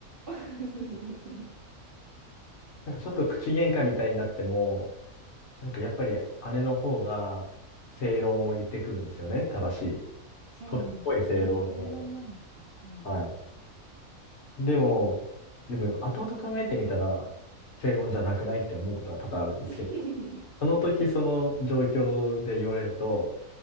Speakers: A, on the right (about 85°); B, on the left (about 60°).
A: <laughs>
B: なんかちょっと口喧嘩みたいになっても、なんかやっぱり姉の方が正論を言ってくるんですよね。正しい。
A: うん。
B: それっぽい正論を。
A: あ、でも正論なんですか。はい。
B: はい。でも、でも後々考えてみたら正論じゃなくないって思うことは多々あるんですけど。
A: <laughs>
B: その時その状況で言われると、